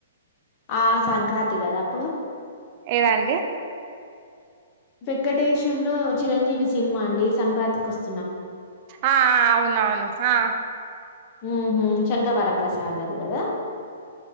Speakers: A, on the left; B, on the right.
A: ఆ సంక్రాంతి కదా అప్పుడు
B: ఏదండి
A: వెంకటేశ్వ ను చిరంజీవి సినిమా అండి సంక్రాంతికి వస్తున్నాం
B: ఆ ఆ అవును అవును ఆ
A: ఉహు శంకవరప్రసాద్ అది కదా